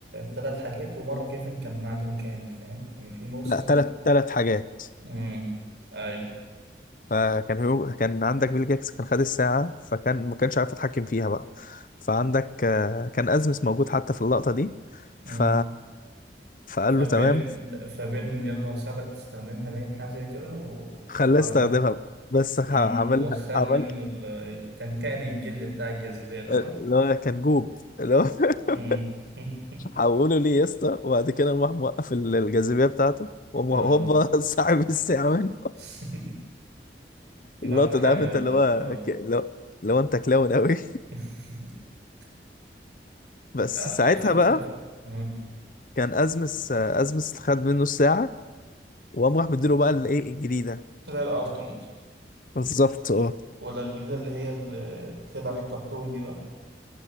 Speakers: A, on the right; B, on the left.
A: ثلاث حاجات ومره كيفن كان معدن كامل فاهم يعني في موسم
B: لا تلت تلت حاجات
A: امم اي
B: فكان هيو... كان عندك بيل جاكس كان خد الساعة فكان ما كانش عارف يتحكم فيها بقى فعندك آه، كان أزمس موجود حتى في اللقطة دي
A: امم
B: ف... فقال
A: فبين
B: له تمام
A: فبين قال له هساعدك تستخدمها باين حاجه زي كده و...
B: خلاه
A: وعملها
B: يستخدمها
A: له
B: بس ح-
A: امم
B: عملها
A: وخد
B: عمل
A: منه ال... كان كائن الجلد بتاع الجاذبيه ده صح
B: اللي هو كان جوب اللي هو <laughs>
A: امم <laughs>
B: حوله ليه يا اسطى وبعد كده راح موقف ال- الجاذبيه بتاعته وقام
A: اه
B: هوبا <laughs> سحب الساعه منه
A: <laughs> لقطه
B: اللقطه
A: حلوه
B: ده عارف انت
A: والله
B: اللي
A: اه
B: هو ك- اللي هو اللي هو انت كلاون قوي
A: <laughs>
B: <laughs> بس
A: على
B: ساعتها
A: فكره
B: بقى
A: مم.
B: كان ازمس ازمس خد منه الساعه وقام راح مديله بقى الايه الجديده
A: زي الالتيميت
B: بالظبط اه
A: ولا الجديدة اللي هي اللي بتاعت الكرتون دي بقى